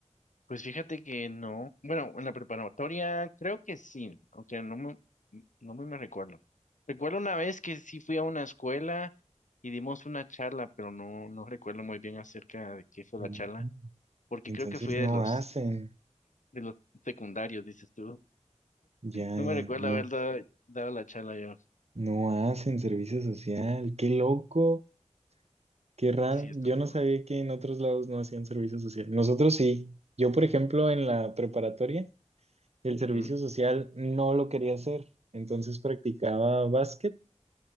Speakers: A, on the left (about 85°); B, on the right (about 55°).
A: Pues fíjate que no. Bueno, en la preparatoria creo que sí, aunque no me no muy me recuerdo. Recuerdo una vez que sí fui a una escuela y dimos una charla, pero no, no recuerdo muy bien acerca de qué fue
B: Mm.
A: la charla, porque
B: Entonces
A: creo que fui de
B: no
A: los,
B: hacen.
A: de los secundarios, dices tú.
B: Ya,
A: No
B: ya,
A: me recuerdo
B: no.
A: haber dado, dado la charla yo.
B: No hacen servicio social. Qué loco. Qué raro,
A: Sí, es
B: yo
A: tampoco.
B: no sabía que en otros lados no hacían servicio social. Nosotros sí. Yo, por ejemplo, en la preparatoria, el servicio
A: Ujú,
B: social no lo quería hacer. Entonces practicaba básquet